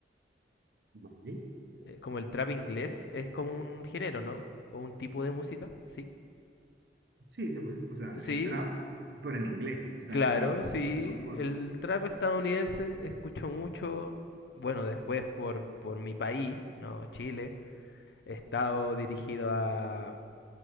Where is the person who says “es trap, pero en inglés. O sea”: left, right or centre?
Right